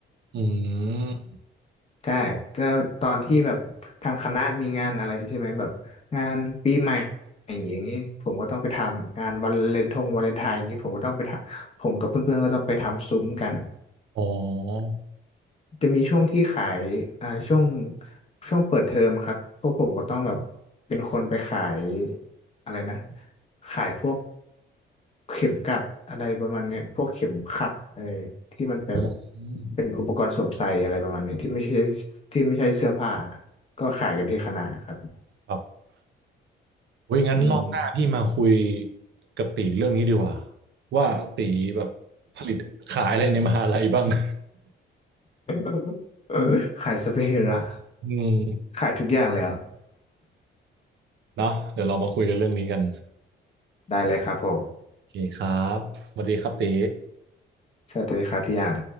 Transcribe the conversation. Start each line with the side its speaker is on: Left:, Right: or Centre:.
Right: อืม
Left: ใช่จะตอนที่แบบทางคณะมีงานอะไรใช่ไหมแบบงานปีใหม่อย่างนี้ผมก็ต้องไปทำงานวันเลนทงวาเลนไทน์อย่างนี้ผมก็ต้องไปทำผมกับเพื่อนๆก็ต้องไปทำซุ้มกัน
Right: อ๋อ
Left: จะมีช่วงที่ขายอ่าช่วงช่วงเปิดเทอมครับพวกผมก็ต้องแบบเป็นคนไปขายอะไรนะขายพวกเข็มกลัดอะไรประมาณเนี้ยพวกเข็มขัดเออที่มันเป็น
Right: อืม
Left: เป็นอุปกรณ์สวมใส่อะไรประมาณนี้ที่ไม่ใช่ที่ไม่ใช่เสื้อผ้าก็ขายกันที่คณะครับ
Right: ครับโอ้ยงั้นรอบหน้าพี่มาคุย
Left: อืม
Right: กับตีเรื่องนี้ดีกว่าว่าตีแบบผลิตขายอะไรในมหาลัยบ้าง <laughs>
Left: <laughs> เออขายสเปรย์ละ
Right: อืม
Left: ขายทุกอย่างแล้ว
Right: เนาะเดี๋ยวเรามาคุยกันเรื่องนี้กัน
Left: ได้เลยครับผม
Right: โอเคครับสวัสดีครับตี
Left: สวัสดีครับพี่อย่าง